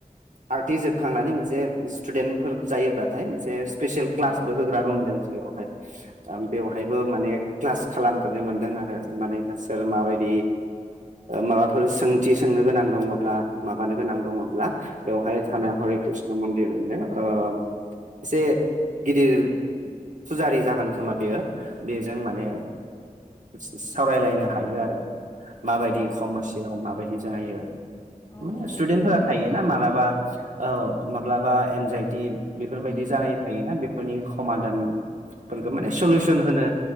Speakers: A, on the right (about 65°); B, on the left (about 30°).
A: आर्टिस जोबखांनानै मोनसे स्टुडेन्टफोर जायोब्लाथाय मोनसे स्पेसियेल क्लासबो
B: औ
A: होग्रा रुम दङ बेवहाय
B: औ
A: बेवहायबो माने क्लास खालामफेरनो मोनदों आरो माने नोंसोर
B: औ
A: माबायदि माबाफोर सोंथि सोंनो गोनां दङब्ला माबानो गोनां दङब्ला बेवहाय थानायानाय
B: औ
A: हरि कृष्ण मन्दिर बेनो एसे गिदिर फुजारि जागोन खोमा बेयो बेजों माने सावरायलायनो हायो आरो माबायदि
B: औ
A: खमस्या माबायदि जाहैयो
B: औ
A: मे
B: औ
A: स्टुदेन्टफोरा
B: बेबायदिनोसै
A: थायो ना
B: नामा
A: मालाबा
B: उम
A: औ माब्लाबा एनजाइटि बेफोरबायदि
B: उम
A: जानाय थायोना बे फोरनि समादानफोरखौ माने सलिउसन
B: औ
A: होनो